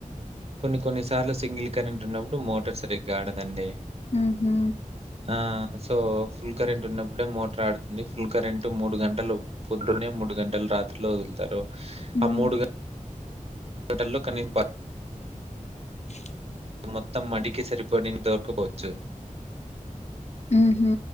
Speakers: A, on the right; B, on the left.
A: కొన్ని కొన్ని సార్లు సింగిల్ కరెంట్ ఉన్నప్పుడు మోటార్ సరిగ్గా ఆడదండి
B: ఉ హు
A: ఆ సో ఫుల్ కరెంట్ ఉన్నప్పుడే మోటార్ ఆడుతుంది ఫుల్ కరెంట్ మూడు గంటలు పొద్దునే మూడు గంటలు రాత్రిలో వదులుతారు
B: మ్మ్
A: ఆ మూడు గంటల్లో కనీ
B: ఉ
A: మొత్తం మడికి సరిపడ నీళ్లు దొరకపోవచ్చు
B: ఉ హు